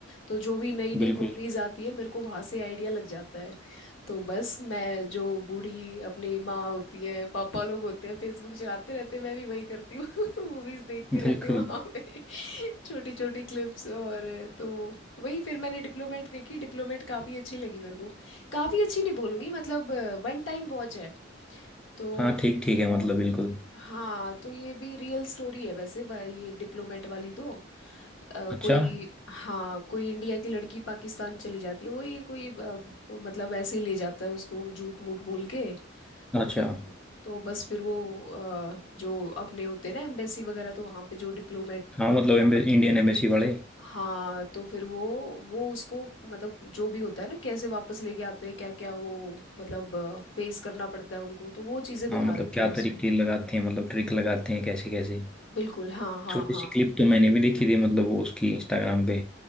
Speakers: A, on the left; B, in the centre.
A: तो जो भी नई नई
B: बिल्कुल
A: मूवीज आती है मेरे को वहाँ से आइडिया लग जाता है तो बस मैं जो बूढ़ी अपनी माँ होती है पापा लोग होते हैं फेसबुक चलाते रहते हैं मैं भी वही करती हूँ <laughs> मूवीज देखती
B: बिल्कुल
A: रहती हूँ वहाँ पे <laughs> छोटी छोटी क्लिप्स और तो वही फिर मैंने डिप्लोमेट देखी डिप्लोमेट काफ़ी अच्छी लगी मेरे को काफ़ी अच्छी नहीं बोलूँगी मतलब वन टाइम वॉच है तो
B: हाँ ठीक ठीक है मतलब बिल्कुल
A: हाँ तो ये भी रियल स्टोरी है वैसे वह- ये डिप्लोमेट वाली तो अ,
B: अच्छा
A: कोई हाँ कोई इंडिया की लड़की पाकिस्तान चली जाती है वही कोई अ, वो मतलब ऐसे ही ले जाता है उसको झूठ मूठ बोल के
B: अच्छा
A: और तो बस फिर वो अ, जो अपने होते हैं ना एम्बेसी वगैरह तो वहाँ पे जो डिप्लोमेट
B: हाँ मतलब एम्बे- इंडियन एम्बेसी वाले
A: हाँ तो फिर वो वो उसको मतलब जो भी होता है ना कैसे वापस लेके आते हैं क्या क्या वो मतलब फेस करना पड़ता है उनको तो वो चीज़ें दिखा
B: हाँ मतलब
A: रखी
B: क्या
A: है उसमें
B: तरीके लगाते हैं मतलब ट्रिक लगाते हैं कैसे कैसे
A: बिल्कुल हाँ हाँ
B: छोटी
A: हाँ
B: सी क्लिप तो मैंने भी देखी थी मतलब वो उसकी इंस्टाग्राम पे